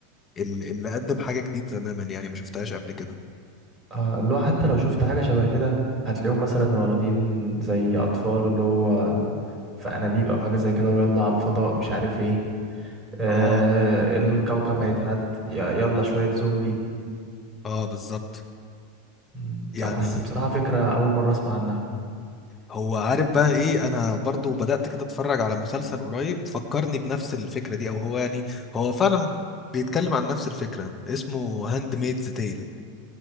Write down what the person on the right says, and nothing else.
آه، اللي هو حتى لو شفت حاجة شبه كده هتلاقيهم مثلا واخدين زي أطفال اللي هو في أنابيب أو حاجة زي كده ويلا على الفضاء مش عارف ايه آه
الكوكب هيتعد ي- يلا شوية زومبي
مم،
لا بس بصراحة فكرة أول مرة أسمع عنها